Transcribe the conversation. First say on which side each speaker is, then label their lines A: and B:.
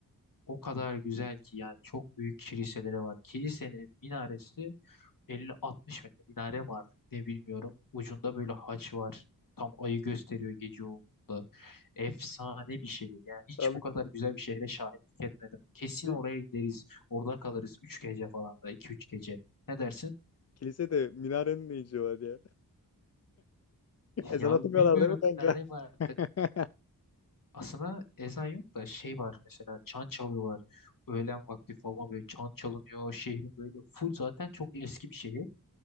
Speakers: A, on the left; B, on the left.
A: o kadar güzel ki yani çok büyük kiliseleri var. Kilisenin minaresi 50-60 metre minare mi artık ne bilmiyorum. Ucunda böyle haç var. Tam ayı gösteriyor gece olduğunda. Efsane bir şehir. Yani hiç
B: Abi
A: bu kadar güzel bir şehre şahitlik etmedim. Kesin
B: kili-
A: oraya gideriz. Orada kalırız 3 gece falan da iki üç gece. Ne dersin?
B: kilise de minarenin ne işi var ya? Ezan
A: Ya
B: atmıyorlar
A: bilmiyorum
B: değil mi kanka?
A: minare mi artık.
B: <laughs>
A: Aslında ezan yok da şey var mesela çan çalıyorlar. Öğlen vakti falan böyle çan çalınıyor. Şehrin böyle full zaten çok eski bir şehir.